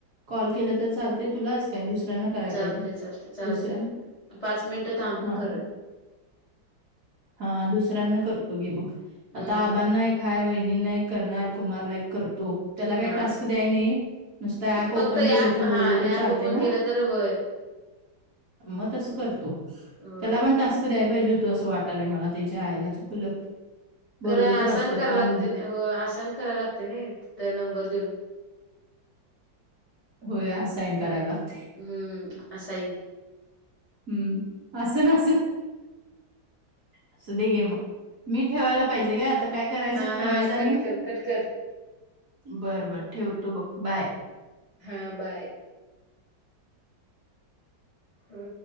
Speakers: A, on the right; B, on the left.
A: कॉल केलं तर चालते तुलाच? काय दुसऱ्यांना करायला
B: चालतंय
A: पाहिजे
B: चालतंय चालतंय
A: दुसऱ्यां
B: पाच मिनिटं थांबून
A: हा
B: कर
A: ह. हा दुसऱ्यांना करतो गी मग
B: हम्म
A: आता आबांना काय वहिणींना एक करणार कुमारला एक करतो त्याला काही
B: हा
A: टास्क द्याय नाही. नुसतं ऍप ओपन
B: फक्त ऍप
A: केलं तर बोललं
B: हा
A: तर
B: ऍप
A: चालत
B: ओपन
A: ना.
B: केलं तर होय
A: मग तस करतो
B: होय
A: त्याला पण टास् कध्याय पाहिजे होत असं वाटालंय मला त्याच्या आयला चुकलं. बोललं
B: खरा आसान
A: तर असतं
B: कराय
A: काम
B: लागते हो आन करायला लागते ना नंबर देऊन
A: हो या साइन करायला लागत.
B: हम्म अस आहे.
A: हम्म असं नासं. अस दे गे मग मी ठेवायला पाहिजे का आता काय करायचं
B: हां,
A: ठेवायचं
B: हां,
A: आणि
B: कट कर, कट कर.
A: बर बर ठेवतो बघ बाय.
B: हा बाय. हो.